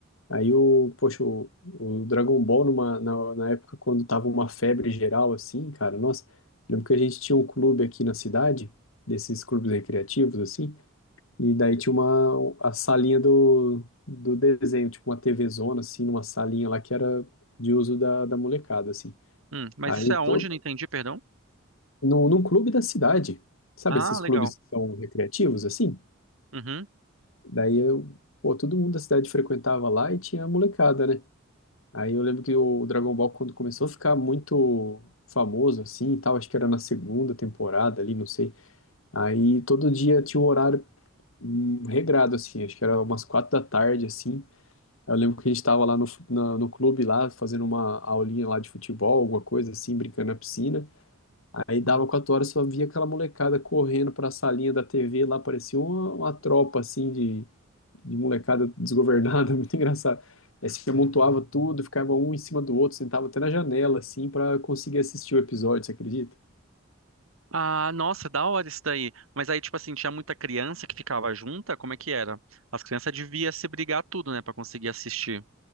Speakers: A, on the left (about 70°); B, on the right (about 75°).
A: Aí o, poxa, o, o Dragon Ball numa, na, na época quando tava uma febre geral assim, cara, nossa, lembro que a gente tinha um clube aqui na cidade, desses clubes recreativos assim, e daí tinha uma a salinha do, do desenho, tipo uma TV zona assim, numa salinha lá que era de uso da, da molecada assim.
B: Hum, mas
A: Aí
B: isso é aonde
A: todo
B: Não entendi, perdão?
A: no, num clube da cidade. Sabe
B: Ah,
A: esses
B: legal.
A: clubes que são recreativos assim?
B: Uhum.
A: Daí eu, pô, todo mundo da cidade frequentava lá e tinha a molecada, né? Aí eu lembro que o Dragon Ball, quando começou a ficar muito famoso, assim, e tal, acho que era na segunda temporada ali, não sei. Aí todo dia tinha um horário hum, regrado, assim, acho que era umas quatro da tarde, assim. Eu lembro que a gente tava lá no, fu- na- no clube, lá, fazendo uma aulinha lá de futebol, alguma coisa assim, brincando na piscina. Aí dava
B: Uhum.
A: quatro horas, só via aquela molecada correndo pra salinha da TV, lá parecia uma, uma tropa, assim, de de molecada desgovernada, <laughs> muito engraçado. Aí se amontoava tudo, ficava um em cima do outro, sentava até na janela, assim, pra conseguir assistir o episódio, você acredita?
B: Ah, nossa, da hora isso daí. Mas aí, tipo assim, tinha muita criança que ficava junta? Como é que era? As crianças deviam se brigar tudo, né, pra conseguir assistir.